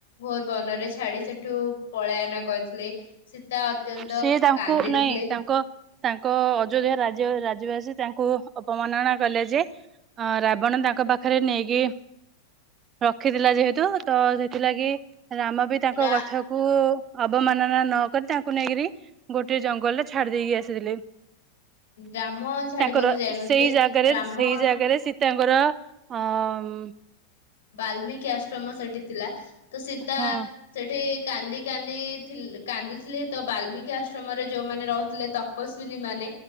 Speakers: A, on the left (about 60°); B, on the right (about 30°).
A: ଘୋର ବନରେ ଛାଡି ସେଠୁ ପଳାୟନ କରିଥିଲେ। ସୀତା ଅତ୍ୟନ୍ତ
B: ସିଏ ତାଙ୍କୁ
A: କାନ୍ଦିଥିଲେ।
B: ନାଇଁ ତାଙ୍କ ତାଙ୍କ ଅଯୋଧ୍ୟା ରାଜ୍ୟ ରାଜ୍ୟବାସୀ ତାଙ୍କୁ ଅପମାନନା କଲେ ଯେ ଅ ରାବଣ ତାଙ୍କ ପାଖରେ ନେଇକି ରଖିଥିଲା ଯେହେତୁ ତ ସେଥିଲାଗି ରାମ ବି ତାଙ୍କ
A: ରା
B: କଥାକୁ ଅବମାନନା ନ କରି ତା ଙ୍କୁ ନେଇକରି ଗୋଟେ ଜଙ୍ଗଲରେ ଛାଡି ଦେଇକି ଆସିଥିଲେ।
A: ରାମ ଛାଡିବାକୁ
B: ତାଙ୍କର
A: ଯାଇନଥିଲେ।
B: ସେଇ ଜାଗାରେ
A: ରାମ
B: ସେଇ ଜାଗାରେ ସୀ ତା ଙ୍କର ଅ ମ
A: ବାଲ୍ମିକି ଆଶ୍ରମ ସେଠି ଥିଲା। ତ ସୀତା
B: ହଁ
A: ସେଠି କାନ୍ଦି କାନ୍ଦି ଥିଲ କାନ୍ଦିଥିଲେ ତ ବାଲ୍ମିକି ଆଶ୍ରମରେ ଯୋଉମାନେ ରହୁଥିଲେ ତ ତପସ୍ଵିନୀ ମାନେ